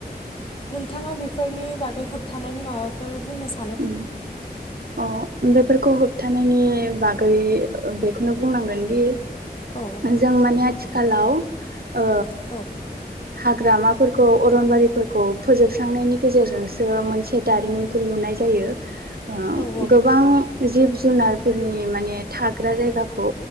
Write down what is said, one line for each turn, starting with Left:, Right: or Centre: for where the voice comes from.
Left: नोंथाङा बेफोरनि बागै होबथानायनि माबाफोर बुंनो सान
Right: उम अ' बेफोर खौ होबथानायनि बागै ओ बेखौनो बुंनांगोन दि
Left: औ
Right: जों माने आथिखालाव ओ
Left: औ
Right: हाग्रामाफोरखौ अरनबारिफोरखौ फोजोबस्रांनायनि गेजेरजोंसो मोनसे दारिमिनखौ लुनाय जायो ओ
Left: औ
Right: गोबां जिब जुनारफोरनि माने थाग्रा जायगाखौ